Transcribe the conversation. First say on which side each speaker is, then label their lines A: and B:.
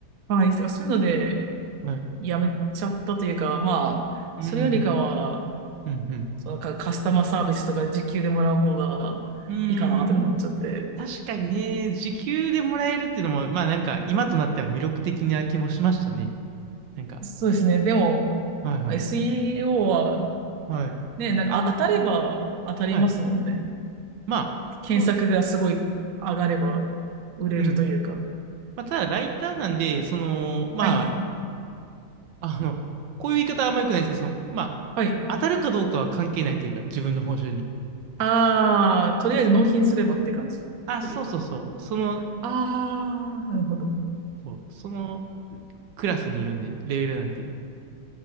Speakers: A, on the right (about 60°); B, on the right (about 75°).
A: はい、だからそういうので、
B: はい。
A: やめちゃったというか、まあ、
B: うん。
A: それよりかは、
B: うん
A: そのかカスタマーサービスとかで時給でもらう方がいいかなとか思っちゃって。
B: うん。うーん。確かにね、時給でもらえるっていうのも、まあなんか、今となっては魅力的な気もしましたね。なんか。
A: そうですね。でも、
B: はいはい。
A: まあ SEO は、
B: はい。
A: ね、なんかあ当たれば当たりますもんね。
B: はい。まあ、
A: 検索がすごい上がれば売れるというか。
B: そうですね。うん。まあ、ただ、ライターなんで、その、まあ、
A: はい。
B: あの、こういう言い方はあんま良くないですけど、その、まあ、
A: はい。
B: 当たるかどうかは関係ないというか、自分の報酬に。
A: ああ、とりあえず納品すればって感じという。
B: あ、そうそうそう。その、
A: ああ、なるほど。
B: そう、そのクラスにいるんで、レベルなんで。